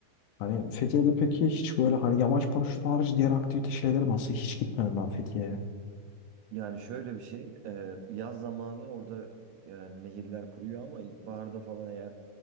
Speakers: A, on the left (about 75°); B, on the right (about 75°).
A: Hani Fethiye'de peki hiç böyle hani yamaç paraşütü hariç diğer aktivite şeyleri nasıl? Hiç gitmedim ben Fethiye'ye.
B: Yani şöyle bir şey, e, yaz zamanı orada yani nehirler kuruyor ama ilkbaharda falan eğer